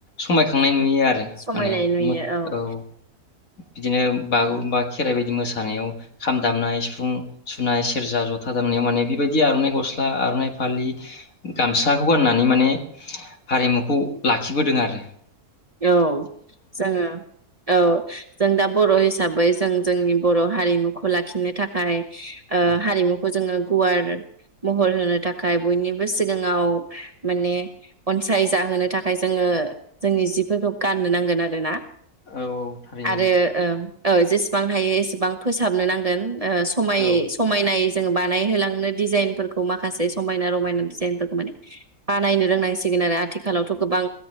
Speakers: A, on the left; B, on the right.
A: समायखांनाय नु यो आरो माने
B: समायनाय नुयो
A: मो-औ
B: औ
A: बिदिनो बागुरुम्बा खेराइ बायदि मोसानायाव खाम दामनाय सिफुं सुनाय सेरजा जथा दामनायाव माने बेबायदि आर'नाइ गस्ला आर'नाइ फालि गामसाखौ गाननानै माने हारिमुखौ लाखिबोदों आरो ।
B: औ जोङो औ जों दा बर' हिसाबै जों जोंनि बर' हारिमुखौ लाखिनो थाखाय ओ
A: औ
B: हारिमुखौ जोङो गुवार महर होनो थाखाय बयनिबो सिगाङाव माने अनसाय जाहोनो थाखाय जोङो जोंनि जि फोरखौ गाननो नांगोन आरो ना
A: औ औ थारैनो
B: । आरो ओ ओ जेसेबां हायो एसेबां फोसाबनो नांगोन । ओ समाय
A: औ
B: समायनाय जों बानायहोलांनो दिजाइनफोरखौ माखासे समायना रमायना दिजाइनफोरखौ माने बानायनो रोंनांसिगोन आरो आथिखालावथ' गोबां